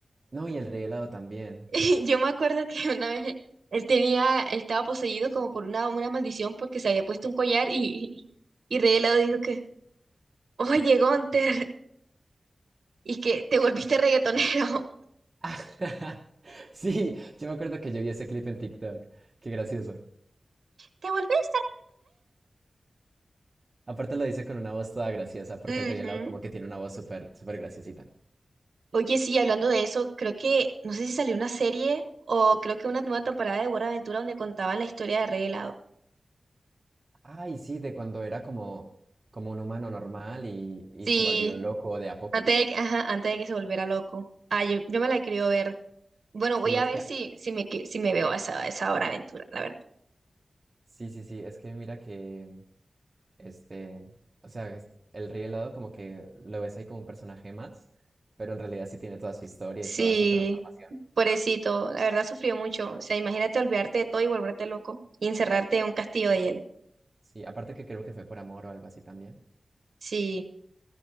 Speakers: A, on the right (about 35°); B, on the right (about 75°).
A: No, y el rey helado también.
B: <laughs> Yo me acuerdo que una vez él tenía, estaba poseído como por una, una maldición porque se había puesto un collar y, y, y Rey Helado dijo que, oye, Gunther, y que te volviste reggaetonero. <laughs>
A: Ah, <laughs> Sí, yo me acuerdo que yo vi ese clip en TikTok. Qué gracioso.
B: ¿Te volviste
A: Aparte lo dice con una voz toda graciosa, porque
B: reggaetonero?
A: el rey helado como
B: Ujú.
A: que tiene una voz súper, súper graciosita.
B: Oye, sí, hablando de eso, creo que, no sé si salió una serie o creo que una nueva temporada de Buena Aventura donde contaban la historia de Rey Helado.
A: Ay, sí, de cuando era como, como un humano normal y, y
B: Sí,
A: se volvió loco de a pocos.
B: antes de, que- ajá, antes de que se volviera loco. Ah, yo, yo me la quería ver. Bueno,
A: Sí,
B: voy a
A: es
B: ver
A: que,
B: si, si me, que- si me veo a esa, a esa hora aventura, la verdad.
A: sí, sí, sí, es que mira que Este, o sea, es- el Rey Helado como que lo ves ahí como un personaje más, pero en realidad sí tiene toda su historia
B: Sí,
A: y es toda su transformación.
B: pobrecito, la verdad sufrió mucho. O sea, imagínate olvidarte de todo y volverte loco y encerrarte en un castillo de hielo.
A: Sí, aparte que creo que fue por amor o algo así también.
B: Sí,